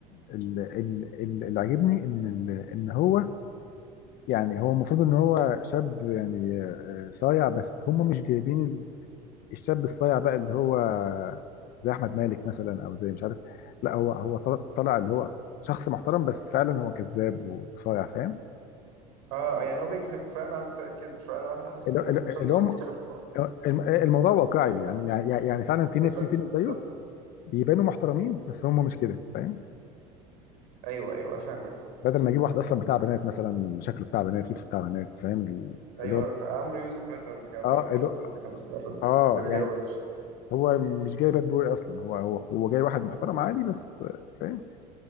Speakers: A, on the left; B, on the right.
A: ال- ال- ال- اللي عاجبني ان ال- ان هو يعني هو المفروض ان هو شاب يعني آه، صايع بس هم مش جايبين الشاب الصايع بقى اللي هو زي احمد مالك مثلا او زي مش عارف لا هو هو طل- طلع اللي هو شخص محترم بس فعلا هو كذاب وصايع فاهم
B: اه آه، يعني هو بيكذب فاهم عنده طاقة كذب شويه انا حسيت
A: اللي
B: ان المسلسل
A: اللي- اللي هو
B: مرتبط ان هو
A: الم- الموضوع واقعي يعني يعني يعني فعلا في
B: بالظبط
A: ناس في في ناس زيه
B: بالظبط
A: يبانوا محترمين بس هم مش كده فاهم
B: ايوه ايوه فاهمك
A: بدل ما يجيب واحد اصلا بتاع بنات مثلا شكله بتاع بنات لبسه بتاع بنات فاهم
B: ايوه
A: اللي هو
B: عمرو يوسف مثلا كانت
A: اه
B: برضه في
A: اللي
B: ولاد
A: هو
B: رزق كانت شغاله في-
A: اه
B: من الجو
A: يعني
B: ده
A: هو مش جاي باد بوي اصلا هو هو هو جاي واحد محترم عادي بس فاهم